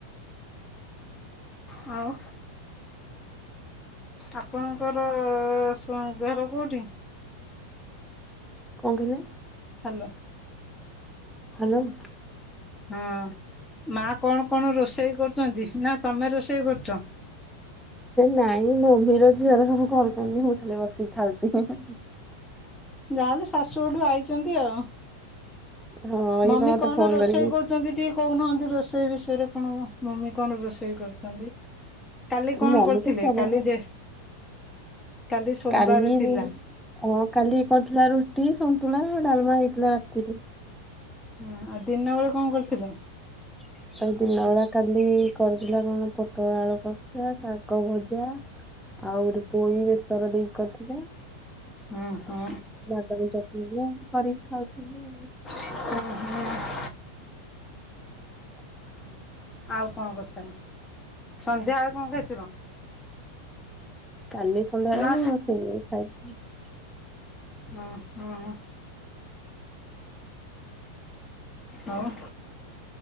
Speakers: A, on the left; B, in the centre.
A: ହଉ। ଆପଣଙ୍କର ସୁନ୍ଦ ଘର କୋଉଠି?
B: କଣ କହିଲେ?
A: Hello
B: hello.
A: ହଁ ମା କଣ କଣ ରୋଷେଇ କରୁଛନ୍ତି? ନା ତମେ ରୋଷେଇ କରୁଛ।
B: ନାଇଁ ମମିର ଝିଅର ସବୁ କରୁଛନ୍ତି। ମୁଁ ଖାଲି ବସିକି ଖାଉଛି।
A: ଯାହାହେଲେ ଶାଶୁ ଘଠୁ ଆଇଛନ୍ତି ଆଉ।
B: ହଁ ଏଇ
A: ମମି
B: ପା ମତେ
A: କଣ
B: ଫୋନ
A: ରୋଷେଇ
B: କରିକି
A: କର୍ କରଛନ୍ତି ଟିକେ କହୁନାହାନ୍ତି ରୋଷେଇ ବିଷୟରେ। କଣ ମମି କଣ ରୋଷେଇ କରୁଛନ୍ତି? କାଲି କଣ
B: ମମି
A: କରିଥିଲେ।
B: ତ ସବୁ
A: କାଲି ଯେ କାଲି ସୋମବାର
B: କାଲି
A: ଥିଲା।
B: ହଁ କାଲି କରିଥିଲା ରୁଟି ସନ୍ତୁଳା ଡାଲମା ହେଇଥିଲା ରାତିରେ।
A: ହଁ ଆଉ ଦିନବେଳେ କଣ କରିଥିଲେ?
B: <inaudible> ଆଉ ଦିନ ବେଳା କାଲି କରିଥିଲା କଣ ପୋଟଳ ଆଳୁ କସା ଶାଗ ଭଜା। ଆହୁରି ପୋଇ ବେସର ଦେଇ କରିଥିଲି।
A: ଓଁ ହୋ।
B: ବାଦାମ ଚଟଣି ଧୁମ କରିକି ଖାଉଥିଲି।
A: ଉଁ ହୁଁ।
B: <inaudible>
A: ଆଉ କଣ କରିଚନ୍ତି? ସନ୍ଧ୍ୟାବେଳେ କଣ ଖାଇଥିଲ?
B: କାଲି ସନ୍ଧ୍ୟାବେଳେ
A: ନା
B: ମୁଁ ସିମେଇ ଖାଇଥିଲି।
A: ହଁ ହଁ। ହଁ